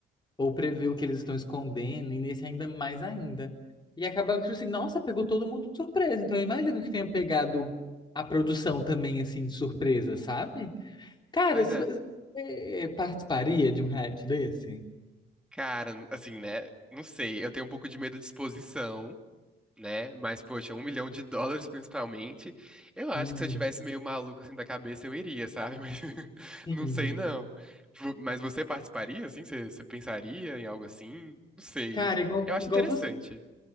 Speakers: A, on the left; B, in the centre.
A: ou prever o que eles estão escondendo, e nesse ainda mais ainda. E acabava que, tipo assim, nossa, pegou todo mundo de surpresa. Então eu imagino que tenha pegado a produção também, assim, de surpresa, sabe? Cara,
B: Pois
A: se
B: é.
A: você eh, participaria de um reality desse?
B: Cara, assim, né? Não sei, eu tenho um pouco de medo de exposição. né? Mas, poxa, um milhão de dólares principalmente. Eu acho
A: Uhum.
B: que se eu tivesse meio maluco assim da cabeça, eu iria, sabe? <laughs> Mas
A: Sim.
B: não sei, não. Vo- Mas você participaria, assim? Você, você pensaria em algo assim? Não sei.
A: Cara, igual,
B: Eu acho
A: igual
B: interessante.
A: você.